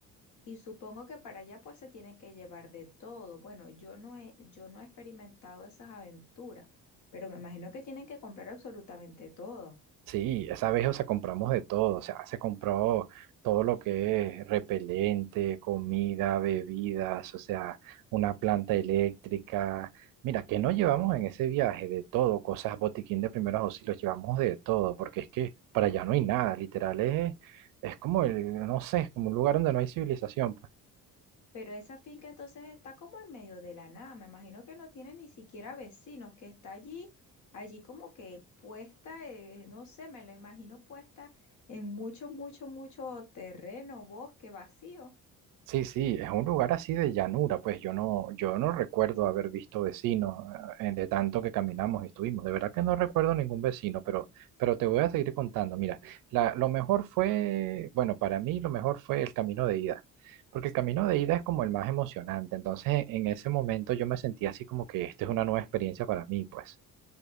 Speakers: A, on the left; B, on the right.
A: Y supongo que para allá pues se tienen que llevar de todo. Bueno, yo no he, yo no he experimentado esas aventuras, pero me imagino que tienen que comprar absolutamente todo.
B: Sí, esa vez, o sea, compramos de todo, o sea, se compró todo lo que es repelente, comida, bebidas, o sea, una planta eléctrica. Mira, que no llevamos en ese viaje de todo, cosas, botiquín de primeros auxilios, llevamos de todo, porque es que para allá no hay nada, literal, es, es como el, no sé, es como un lugar donde no hay civilización. pues.
A: Pero esa finca entonces está como en medio de la nada. Me imagino que no tiene ni siquiera vecinos, que está allí, allí como que puesta, eh, no sé, me la imagino puesta en mucho, mucho, mucho terreno, bosque vacío.
B: Sí, sí, es un lugar así de llanura, pues yo no, yo no recuerdo haber visto vecinos eh, de tanto que caminamos y estuvimos. De verdad que no recuerdo ningún vecino, pero, pero te voy a seguir contando. Mira, la, lo mejor fue, bueno, para mí lo mejor fue el camino de ida, porque el camino de ida es como el más emocionante. Entonces, en ese momento yo me sentía así como que esta es una nueva experiencia para mí, pues.